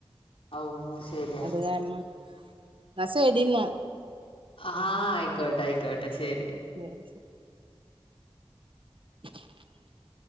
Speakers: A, on the left; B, on the right.
A: ഔ ശരിയാ
B: അത് കാരണം എന്നാ ശരി എന്നാ
A: ആഹ് ആയിക്കോട്ടയിക്കോട്ടെ ശെരി
B: ണേര് ശരി <inaudible>